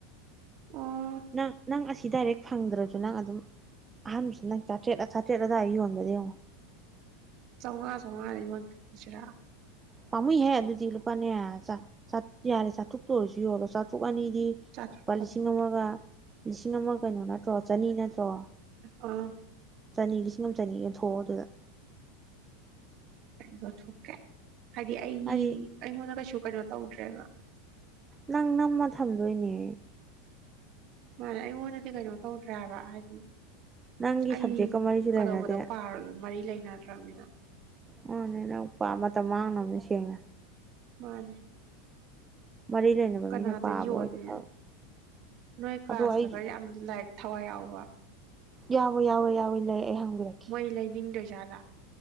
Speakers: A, on the right (about 50°); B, on the right (about 20°).
A: ꯑꯣ
B: ꯅ ꯅꯪ ꯑꯁꯤ ꯗꯥꯏꯔꯦꯛ ꯐꯪꯗ꯭ꯔꯁꯨ ꯅꯪ ꯑꯗꯨꯝ ꯑꯍꯥꯟꯕꯁꯨ ꯅꯪ ꯆꯥꯇ꯭ꯔꯦꯠ ꯆꯥꯇ꯭ꯔꯦꯠ ꯑꯗꯨꯋꯥꯏ ꯌꯣꯟꯕ ꯌꯦꯡꯉꯣ
A: ꯆꯪꯉꯥ ꯆꯉꯥ ꯨꯖꯔꯥ
B: ꯄꯥꯝꯃꯨꯏꯍ ꯑꯗꯨꯗꯤ ꯂꯨꯄꯥꯅꯦ ꯆ ꯌꯥꯔꯦ ꯆꯥꯇꯨꯛꯇ ꯑꯣꯏꯔꯁꯨ ꯌꯣꯜꯂꯣ ꯆꯥꯊꯨꯛ ꯑꯅꯤ
A: ꯆꯥꯇ꯭ꯔꯨꯛ
B: ꯂꯨꯄꯥ
A: ꯆꯥꯇ꯭ꯔꯨꯛ
B: ꯂꯤꯁꯤꯡ ꯑꯃꯒ ꯂꯤꯁꯤꯡ ꯑꯃ ꯀꯩꯅꯣ ꯅꯠꯇ꯭ꯔꯣ ꯆꯅꯤ ꯅꯠꯇ꯭ꯔꯣꯕ
A: ꯑꯥ
B: ꯆꯅꯤ ꯂꯤꯁꯤꯡ ꯑꯃ ꯆꯅꯤ ꯌꯦꯟꯊꯣꯛꯑꯣ ꯑꯗꯨꯗ
A: ꯍ ꯊꯣꯛꯀꯦ ꯍꯥꯏꯗꯤ ꯑꯩ
B: ꯍꯥꯏꯗꯤ
A: ꯑꯩ ꯍꯅ ꯀꯁꯨ ꯀ ꯎꯖ꯭ꯔꯦꯕ
B: ꯅꯪ ꯅꯝꯃ ꯊꯝ ꯂꯣꯏꯅꯦ
A: ꯃꯥꯅꯦ ꯑꯩꯉꯣꯟꯗꯗꯤ ꯀꯩꯅꯣ ꯇꯧꯗ꯭ꯔꯦꯕ ꯍꯥꯏꯗꯤ
B: ꯅꯪꯒꯤ
A: ꯑꯩ
B: ꯁꯕꯖꯦꯛꯀ ꯃꯔꯤꯁꯨ
A: ꯀꯗꯧꯕꯗꯣ
B: ꯂꯩꯅꯗꯦ
A: ꯄꯥꯔꯣꯏꯒ ꯃꯔꯤ ꯂꯩꯅꯗ꯭ꯔꯅꯤꯅ
B: ꯃꯥꯅꯦ ꯅꯪ ꯃꯇꯝ ꯃꯥꯡꯅꯕꯅꯦ ꯁꯦꯡꯅ
A: ꯃꯥꯅꯦ
B: ꯃꯔꯤ ꯂꯩꯅꯕ
A: ꯀꯅꯥꯗ
B: ꯃꯤꯅ ꯄꯥꯕ
A: ꯌꯣꯟꯅꯤ
B: ꯑꯣꯏꯗꯤ ꯐꯕ
A: ꯅꯣꯏ ꯀ꯭ꯂꯥꯁꯇꯒ
B: ꯑꯗꯣ ꯑꯩ
A: ꯌꯥꯝ ꯂꯥꯏ ꯊꯋꯥꯏ ꯌꯥꯎꯕ
B: ꯌꯥꯎꯋꯣ ꯌꯥꯎꯋꯣ ꯌꯥꯎꯋ ꯏ ꯂꯩ ꯍꯪꯕꯤꯔꯛꯀꯦ
A: ꯃꯣꯏ ꯂꯩꯥꯏ ꯅꯤꯡꯗ ꯖꯒꯥ